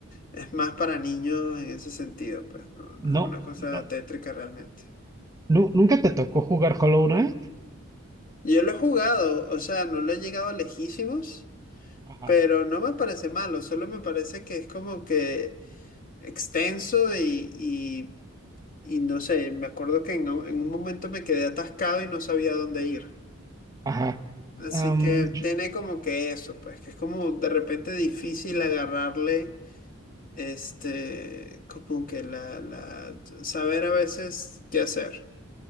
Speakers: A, on the left (about 40°); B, on the right (about 15°).
A: es más para niños en ese sentido, pues no, no es
B: No,
A: una cosa
B: no,
A: tétrica realmente.
B: nu- nunca te tocó jugar Hollow Knight.
A: Yo lo he jugado, o sea, no lo he llegado lejísimos,
B: Ajá.
A: pero no me parece malo, solo me parece que es como que extenso y, y Y no sé, me acuerdo que en, un en un momento me quedé atascado y no sabía dónde ir.
B: Ajá.
A: Así
B: Am,
A: que
B: yo-
A: tiene como que eso, pues, que es como de repente difícil agarrarle, este, como que la, la, saber a veces qué hacer.